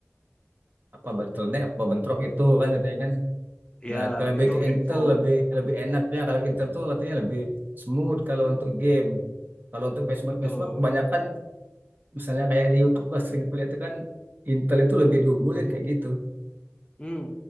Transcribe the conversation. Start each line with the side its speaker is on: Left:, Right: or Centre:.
Right: apa bottleneck apa bentrok itu kan katanya kan
Left: Ya,
Right: Nah, kalau back
Left: itu
Right: ke Intel
Left: info
Right: lebih lebih enaknya kalau Intel tuh katanya lebih smooth kalau untuk game. Kalau untuk benchmark
Left: betul.
Right: benchmark kebanyakan misalnya kayak di YouTube gua sering kulihat tuh kan Intel itu lebih diunggulin kayak gitu.
Left: Hmm,